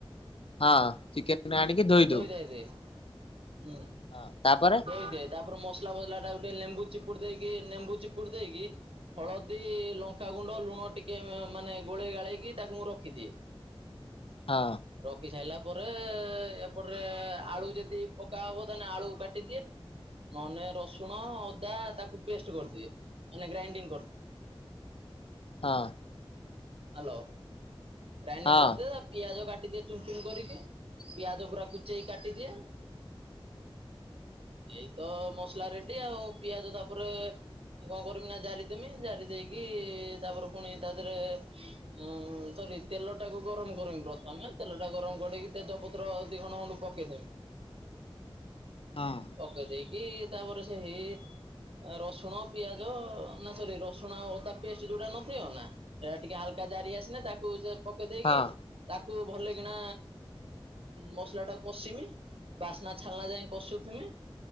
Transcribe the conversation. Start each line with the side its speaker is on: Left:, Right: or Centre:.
Left: ହଁ ଚିକେନ ଆଣିକି ଧୋଇ
Right: ଧୋଇଦାଇ
Left: ଦଉ
Right: ଦେ ହୁଁ
Left: ହଁ ତାପରେ
Right: ଧୋଇ ତାପରେ ମସଲା ଫସଲାଟା ଗୋଟେ ଲେମ୍ବୁ ଚିପୁଡ଼ି ଦେଇକି ଲେମ୍ବୁ ଚିପୁଡି ଦେଇକି ହଳଦୀ ଲଙ୍କାଗୁଣ୍ଡ ଲୁଣ ଟିକେ ମାନେ ଗୋଳେଇ ଗାଳେଇକି ତାକୁ ମୁଁ ରଖିଦିଏ।
Left: ହଁ
Right: ରଖି ସାଇଲା ପରେ <inaudible> ଆଳୁ ଯଦି ପକାହବ ତାଲେ ଆଳୁ କାଟିଦିଏ ନହେଲେ ରସୁଣ ଅଦା ତାକୁ ପେଷ୍ଟ କରିଦିଏ ମାନେ ଗ୍ରାଇଣ୍ଡିଙ୍ଗ କରିଦିଏ।
Left: ହଁ।
Right: ହାଲୋ ଗ୍ରାଇଣ୍ଡିଂ
Left: ହଁ
Right: କରିଦିଏ। ପିଆଜ କାଟିଦିଏ ଚୁନ ଚୁନ କରିକି ପିଆଜ ପୁରା କୁଚେଇକି କାଟିଦିଏ ଏଇ ତ ମସଲା ରେଡି ଆଉ ପିଆଜ ତାପରେ ଆଉ କଣ କରମି ନା ଜାରିଦମି ଜାରି ଦେଇକି ତାପରେ ପୁଣି ତା ଦେହରେ
Left: <unintelligible>
Right: ଉଁ ସରି ତେଲଟାକୁ ଗରମ କରିମି ପ୍ରଥମେ ତେଲଟା ଗରମ କରିକି ତେଜପତ୍ର ଦି ଖଣ୍ଡ ଖଣ୍ଡ ପକେଇଦେବେ।
Left: ହଁ।
Right: ପକେଇ ଦେଇକି ତାପରେ ସେ ହେଇ ରସୁଣ, ପିଆଜ ନା ସରି ରସୁଣ ଆଉ ଅଦା ପେଷ୍ଟ ଯୋଉଟା ନଥିବ ନା ଏଇଟା ଟିକେ ହାଲକା ଜାରି ଆସିଲେ ତାକୁ ସେ ପକେଇ ଦେଇେକି
Left: ହଁ
Right: ତାକୁ ଭଲ କିଣା ମସଲା ଟାକୁ କଷିମି। ବାସ୍ନା ଛାଲନା ଯାଇ କଷୁଥିମି।